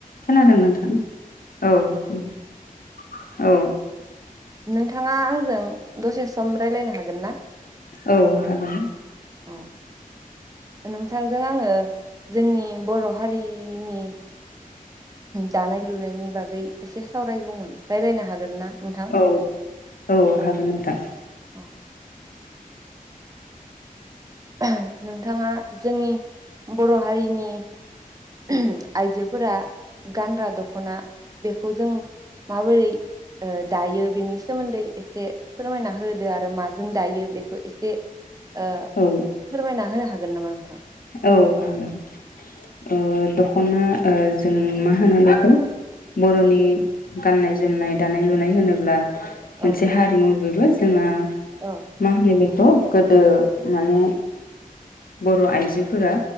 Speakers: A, on the left (about 75°); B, on the right (about 25°).
A: खोनादों नोंथां औ खोनादों औ
B: नोंथाङा आंजों दसे सम राय्लायनो हागोन ना?
A: औ हागोन।
B: औ नोंथांजों आङो जोंनि बर' हारिनि दानाय लुनायनि बागै एसे सावरायगौमोन रायलायनो हागोन ना? नोंथां
A: औ औ हागोन नोंथां।
B: अ <unintelligible> नोंथाङा जोंनि बर हारिनि <unintelligible> आइजोफोरा गानग्रा दखना बेखौ जों माबोरै ओ दायो बेनि सोमोन्दै एसे फोरमायना होदो आरो माजों दायो बेखौ एसे ओ
A: औ
B: फोरमायना होनो हा गोन नामा नोंथां।
A: औ हागोन ओ दखना ओ जों मा होनो बेखौ बरनि
B: औ
A: गाननाय जोमनाय दानाय लुनाय होनो ब्ला मोनसे
B: औ
A: हारिमु बेबो जोङो
B: औ
A: मा होनो बेखौ खौ गोदो माने बर आइ जोफोरा